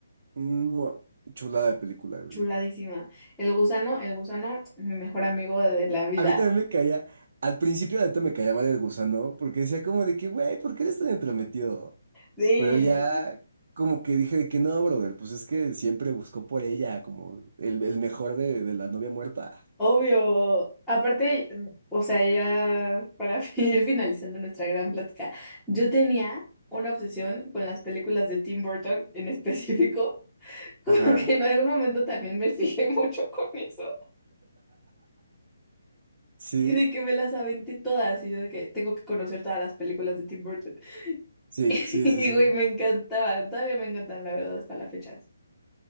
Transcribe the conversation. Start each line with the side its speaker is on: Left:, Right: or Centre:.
Right: ¡mua! Chulada de película, güey.
Centre: chuladísima. El gusano, el gusano, mi mejor amigo de la vida.
Right: A mí también me caía... Al principio neta me caía mal el gusano porque decía como de que, güey, ¿por qué eres tan entrometido?
Centre: Sí,
Right: Pero ya como que dije de que no, brother, pues es que siempre buscó por ella como el, el mejor de, de la novia muerta.
Centre: obvio. Aparte, o sea, ya para <laughs> ir finalizando nuestra gran plática, yo tenía una obsesión con las películas de Tim Burton en específico, <laughs> como
Right: Ajá.
Centre: que en algún momento también me fijé mucho con eso.
Right: Sí,
Centre: Y de que me las aventé todas, y yo de que tengo que conocer todas las películas de Tim Burton. <laughs>
Right: sí,
Centre: Y
Right: sí, sí, sí.
Centre: güey, me encantaban, todavía me encantan, la verdad, hasta la fecha.